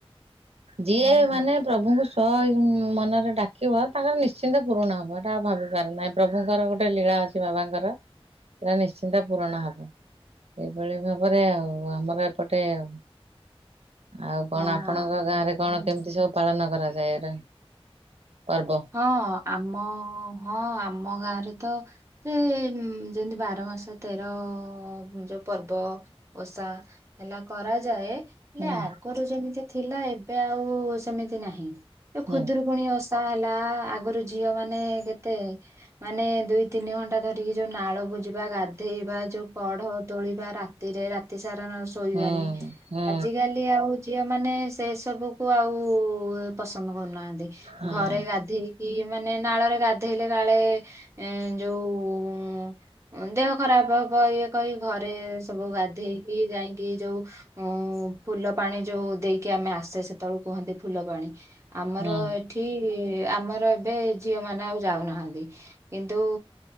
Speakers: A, on the right; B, on the right.
A: ଯିଏ ମାନେ ପ୍ରଭୁଙ୍କୁ <unintelligible> ମନରେ ଡାକିବ ତାଙ୍କର ନିଶ୍ଚିନ୍ତ ପୁରୁଣ ହେବ ହେଟା ଆଉ ଭାବିବାର ନାହିଁ ପ୍ରଭୁଙ୍କର ଗୋଟେ ଲୀଳା ଅଛ୍ ଚି ବାବାଙ୍କର ସେଟା ନିଶ୍ଚିନ୍ତ ପୂରଣ ହବ ଏଇଭଳି ଭାବରେ ଆଉ ଆମ ର ଏପଟେ ଆଉ। ଆଉ କଣ
B: ହଁ
A: ଆପଣଙ୍କ ଗାଁରେ କଣ
B: ହଁ।
A: କେମିତି ସବୁ ପାଳନ କରାଯାଏ ର ପର୍ବ?
B: ହଁ ଆମ ହଁ ଆମ ଗାଁରେ ତ ତେମ୍ ଯେଏଁତି ବାର ମାସ ତେର ଯୋଉ ପର୍ବ। ଓଷା। ହେଲା କରାଯାଏ ହେଲେ
A: ହୁଁ
B: ଆଗରୁ ଯେମିତି ଥିଲା ଏବେ ଆଉ ସେମିତି ନାହିଁ। ଯୋଉ
A: ହୁଁ
B: ଖୁଦୁରୁକୁଣି ଓଷା ହେଲା ଆଗରୁ ଝିଅ ମାନେ କେତେ ମାନେ ଦୁଇ ତିନି ଘଣ୍ଟା ଧରିକି ଯୋଉ ନାଳକୁ ଜିବା ଗାଧେଇବା ଯୋଉ କଢ଼ ତୋଳିବା ରା ତିରେ ରାତିସାରା ନ ଆଉ ଶୋଇବାନି
A: ହୁଁ ହୁଁ
B: ଆଜିକାଲି ଆଉ ଝିଅ ମାନେ ସେ ସବୁକୁ ଆଉ ପସନ୍ଦ କରୁନାହାନ୍ତି
A: ହଁ।
B: ଘରେ ଗାଧେଇ କି ମାନେ ନାଳରେ ଗାଧେଇଲେ କାଳେ ଏଁ ଯୋଉ ଉଁ ଦେହ ଖରାପ ହବ ଇଏ କହି ଘରେ ସବୁ ଗାଧେଇକି ଯାଇଁ କି ଯୋଉ ଉଁ ଫୁଲ ପାଣି ଯୋଉ ଦେଇକି ଆମେ ଆସେ ସେତେବେଳୁ କୁହନ୍ତି ଫୁଲ ପାଣି। ଆମର
A: ହୁଁ
B: ଏଠି ଆମର ଏବେ ଝିଅ ମାନେ ଆଉ ଯାଉନାହାନ୍ତି। କିନ୍ତୁ